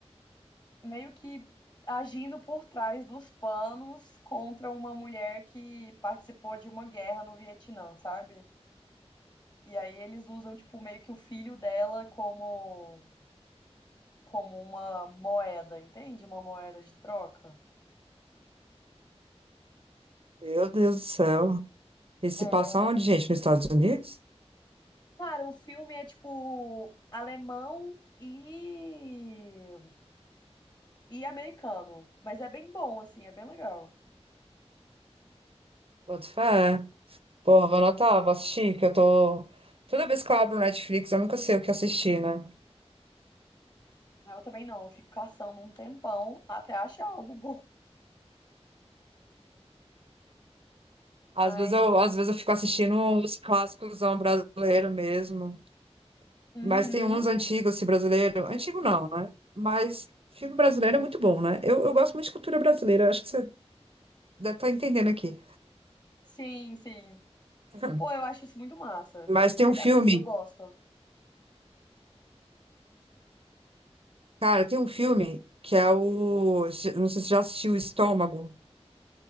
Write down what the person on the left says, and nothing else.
Meio que agindo por trás dos panos contra uma mulher que participou de uma guerra no Vietnã, sabe? E aí eles usam, tipo, meio que o filho dela como. Como uma moeda, entende? Uma moeda de troca.
É,
Cara, um filme é tipo alemão e e americano, mas é bem bom assim, é bem legal.
Ah, Eu também não, eu fico caçando um tempão até achar algo bom. Mas
uhum,
sim, sim.
Pô, eu acho isso muito massa,
de
verdade.
Eu gosto.